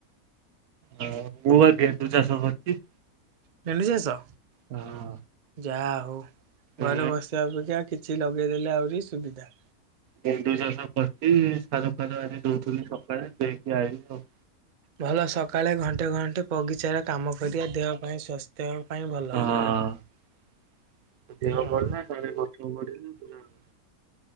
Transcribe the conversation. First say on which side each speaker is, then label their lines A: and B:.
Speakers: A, on the right (about 80°); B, on the right (about 45°).
A: ହ ମୁବା ଗେଣ୍ଡୁ ଚାଷ କରୁଛି।
B: <unintelligible> ଚାଷ
A: ହଁ।
B: ଯାହା ହଉ ଘରେ
A: ଏ
B: ବସିବା ଅପେକ୍ଷା କିଛି ଲଗେଇଦେଲେ ଆହୁରି ସୁବିଧା।
A: ଗେଣ୍ଡୁ ଚାଷ କରିଚି ସାର ଫାର ଆଜି ଦଉଥିଲି ସକାଳେ ଦେଇକି ଆଇିଲି ଆଉ
B: ଭଲ ସକାଳେ ଘଣ୍ଟେ ଘଣ୍ଟେ ବଗିଚାରେ କାମ କରିବା ଦେହ ପାଇଁ ସ୍ୱାସ୍ ଦେହ ପାଇଁଁ ଭଲ୍‌
A: ଅ ହ ହ ହ ଦେହ
B: ହଁ
A: ଭଲ ନାଇଁ। ତଳେ <unintelligible>